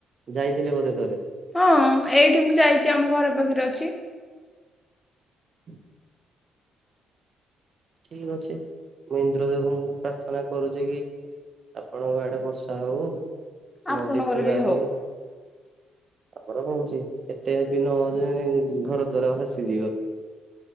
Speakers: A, on the right; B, on the left.
A: ଯାଇଥିଲେ ବୋଧେ ଥରେ।
B: ହଁ ଏଇଠି ମୁଁ ଯାଇଛି ଆମ ଘର ପାଖରେ ଅଛି।
A: ହଁ ଠିକ ଅଛି ମୁଁ ଇନ୍ଦ୍ର ଦେବଙ୍କୁ ପ୍ରାର୍ଥନା କରୁଛି କି ଆପଣଙ୍କ ଆଡେ ବର୍ଷା ହଉ
B: ଆପଣଙ୍କର
A: ନଦୀ ପୁରା
B: ବି
A: ହଉ। ଆମର ହଉଛି ଏତେ ବି ନ ହଉଛି ଘର ଦ୍ଵାର ଭାସିଯିବ।